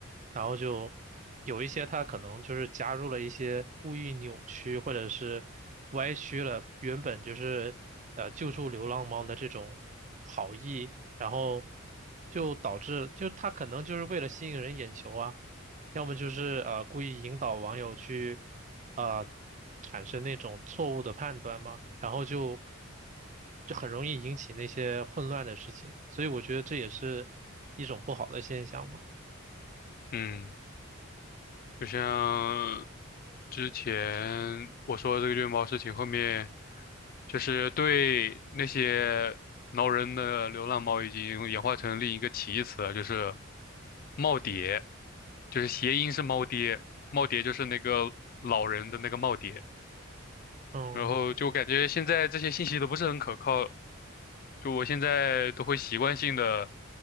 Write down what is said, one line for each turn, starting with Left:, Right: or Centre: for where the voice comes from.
Right: 然后就有一些它可能就是加入了一些故意扭曲或者是歪曲了原本就是呃救助流浪猫的这种好意，然后就导致就它可能就是为了吸引人眼球啊。要么就是呃故意引导网友去啊、呃、产生那种错误的判断嘛，然后就就很容易引起那些混乱的事情，所以我觉得这也是一种不好的现象嘛。
Left: 嗯。就像之前我说的这个虐猫事情，后面就是对那些挠人的流浪猫已经演化成另一个歧义词了，就是“耄耋”，就是谐音是“猫爹”，“耄耋”就是那个老人的那个耄耋。
Right: 嗯。
Left: 然后就感觉现在这些信息都不是很可靠，就我现在都会习惯性的